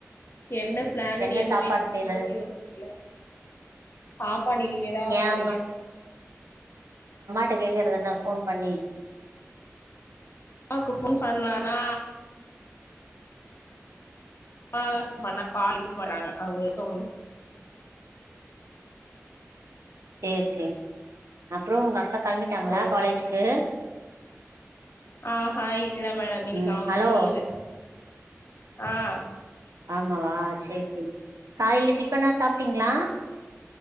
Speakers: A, on the left; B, on the right.
A: என்ன பிளான்ன்னு
B: என்ன
A: எதுவுமே
B: சாப்பாடு செய்யறது
A: யோசிக்கல சாப்பாடு இனிமேதான்
B: ஏ
A: செய்யணும்
B: உங்க கேக்கறதன்ன போன் பண்ணி
A: அம்மாக்கு போன் பண்ணலானா ஆஹ்ண்ணா எடுக்க மாட்டாங்க அவங்க இருக்ருரவங்களுக்கு
B: சேரி சேரி அப்பறம் உங்க அக்கா கெளம்பிட்டாங்களா
A: ஒகே
B: காலேஜுக்கு
A: மேடம் ஆஹ்ஹ் இல்ல மேடம் இன்னைக்கு
B: ம்
A: அவங்களுக்கு
B: ஹலோ
A: லீவு ஆஹ்
B: ஆமாவா சேரி சேரி காயில டிஃபனா சாப்பிட்டீங்களா